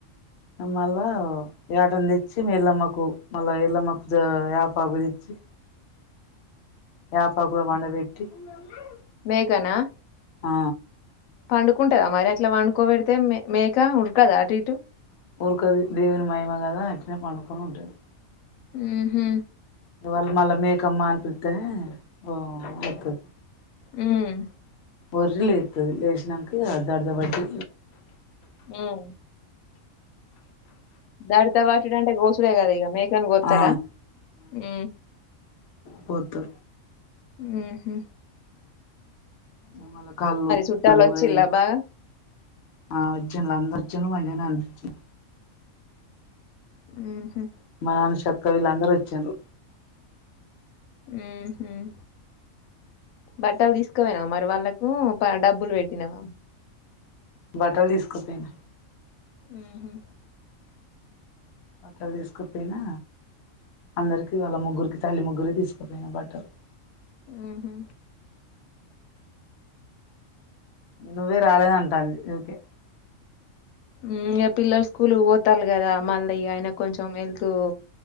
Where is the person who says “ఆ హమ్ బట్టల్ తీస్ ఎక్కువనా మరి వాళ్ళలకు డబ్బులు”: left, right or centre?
Left